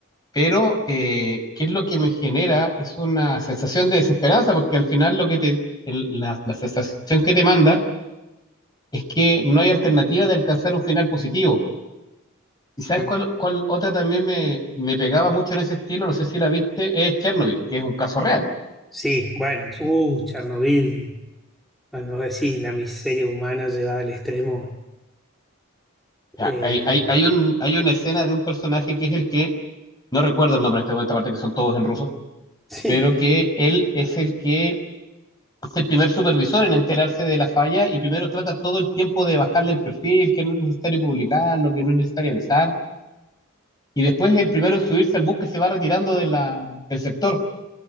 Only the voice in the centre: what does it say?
Mm.
Sí, bueno, uh, Chernobyl, cuando vos decís la miseria humana llevada al extremo,
eh,
<laughs> sí,